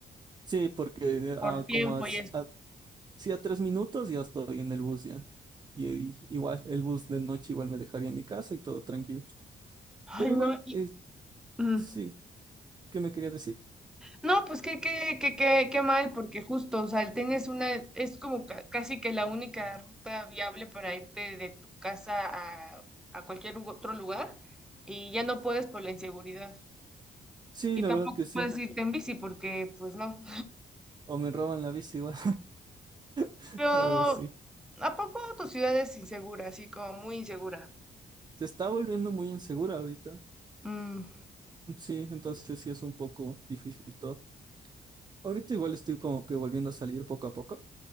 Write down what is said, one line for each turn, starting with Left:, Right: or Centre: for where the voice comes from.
Right: sí, porque eh,
Centre: por
Right: ah,
Centre: tiempo
Right: como a, si-
Centre: y eso.
Right: a- sí, a tres minutos ya estoy en el bus ya. Y, y igual, el bus de noche igual me dejaría en mi casa y todo tranquilo.
Centre: Ay,
Right: Pero
Centre: no,
Right: igual,
Centre: y-
Right: eh,
Centre: mm.
Right: sí, ¿qué me quería decir?
Centre: No, pues qué, qué, qué, qué, qué mal, porque justo, o sea, el tren es una, es como ca- casi que la única ruta viable para irte de tu casa a, a cualquier u- otro lugar y ya no puedes por la inseguridad.
Right: Sí,
Centre: Y
Right: la
Centre: tampoco
Right: verdad que sí.
Centre: puedes irte en bici porque, pues no.
Right: O me roban la bici igual, <laughs>
Centre: Pero,
Right: o algo así.
Centre: ¿a poco tu ciudad es insegura, así como muy insegura?
Right: Se está volviendo muy insegura ahorita.
Centre: Mm,
Right: Sí, entonces sí es un poco difícil todo. Ahorita igual estoy como que volviendo a salir poco a poco.